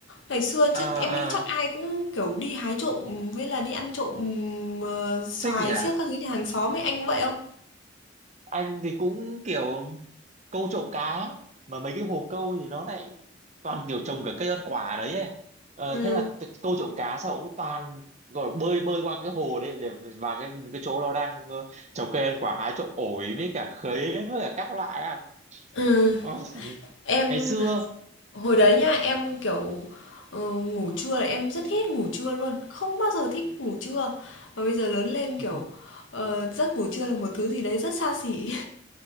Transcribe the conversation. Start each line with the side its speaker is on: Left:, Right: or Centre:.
Left: Ngày xưa
Right: ờ
Left: chứ em
Right: ờ
Left: nghĩ chắc ai cũng, kiểu, đi hái trộm với là đi ăn trộm, ờ, xoài
Right: thích nhỉ
Left: xiếc các thứ nhà hàng xóm ấy, anh có vậy không?
Right: anh thì cũng kiểu câu trộm cá mà mấy cái hồ câu thì nó lại toàn kiểu trồng cả cây ăn quả đấy ấy. Ờ,
Left: Ừm,
Right: thế là t- câu trộm cá sao cũng toàn gọi là bơi bơi qua cái hồ đấy để vào cái cái chỗ nó đang ờ, trồng cây ăn quả hái trộm ổi với cả khế với cả các loại à
Left: ừm,
Right: Ờ,
Left: em
Right: ngày xưa
Left: Hồi đấy nhá, em, kiểu, ờ, ngủ trưa là em rất ghét ngủ trưa luôn, không bao giờ thích ngủ trưa. Và bây giờ lớn lên, kiểu,
Right: <laughs>
Left: ờ, giấc ngủ trưa là một thứ gì đấy rất xa xỉ.